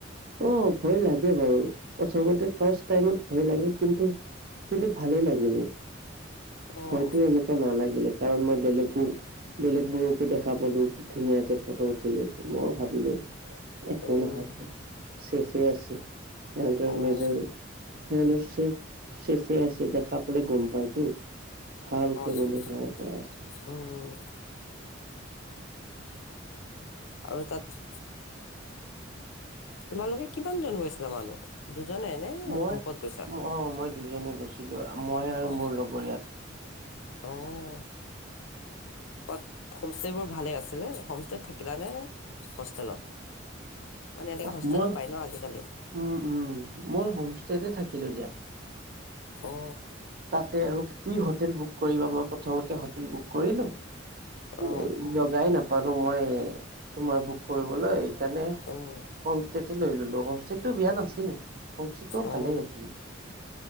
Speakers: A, on the right; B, on the left.
A: উম, ভয় লাগে বাৰু। প্ৰথমতে ফাৰ্ষ্ট টাইমত ভয় লাগে কিন্তু, কিন্তু ভালেই লাগিলে।
B: অ',
A: ভয়টো এনেক কে নালাগিলে, কাৰণ মই বেলেগো, বেলেগ বোৰকো দেখা পালো, কি ধুনীয়াকে ফটো উঠিলে। মই ভাবিলো, একো
B: উম,
A: নহয়, চেফে আছে। সিহঁতৰ
B: অ',
A: মেজৰ, সিহঁতৰ চেফ চেফে আছে দেখা পালে গম পাইতো, ভালকে
B: সেইটো
A: মানে
B: হয়।
A: সেৱাই কৰা আছে।
B: অ' আৰু তাত তোমালোকে কিমান জন গৈছিলা মানুহ, দুজনে? নে
A: মই,
B: গ্ৰুপত গৈছা?
A: অ' মই দুজনে গৈছিলো, মই আৰু
B: অ',
A: মোৰ লগৰীয়াটো।
B: অ' ক'ত, হোম ষ্টে বোৰ ভালে আছেনে, হুমস্তেত থাকিলা নে হোষ্টেলত? মানে এনেকােৱা
A: অহ
B: হোষ্টেলো
A: মই
B: পায় ন আজিকালি।
A: উম, উম, মই হোমষ্টেতে থাকিলো দিয়া।
B: অ
A: তাতে আৰু কি হোটেল বুক কৰিবা, মই প্ৰথমতে হোটেল বুক কৰিলো,
B: অ
A: এ জগাই নাপালো মই তোমাৰ বুক কৰিবলৈ সেইকাৰণে
B: উম।
A: হোমষ্টেতে লৈ ল'লো, হোমষ্টেতে বেয়া নাছিলে, হোমষ্টেটো ভালেই
B: অ
A: আছিল।